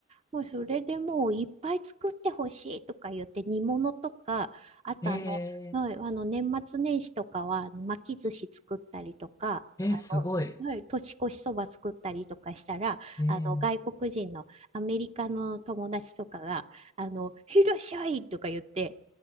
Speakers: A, on the right; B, on the left.
A: もうそれでもういっぱい作ってほしいとか言って煮物とか、あとあの、
B: ー、え
A: はい、あの年末年始とかはあの巻き寿司作ったりとか、
B: ー、えー、
A: あ
B: すごい。
A: の、はい、年越しそば作ったりとかしたら、
B: え
A: あの外国人のアメリカの友達とかが、あの、いらっしゃいとか言って